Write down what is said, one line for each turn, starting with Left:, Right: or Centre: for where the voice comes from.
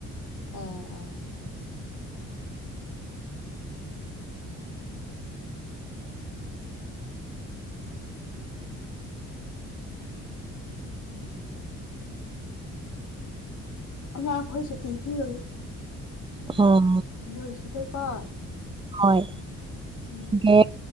Left: ꯑꯦ ꯑꯦ ꯎꯝ ꯑꯉꯥꯡ ꯈꯣꯏ ꯁꯨꯇꯤꯗꯤ ꯂꯩꯌꯦ
Right: ꯑꯥ
Left: <inaudible>
Right: ꯍꯣꯏ
Left: ꯎꯝ
Right: ꯗꯦꯠ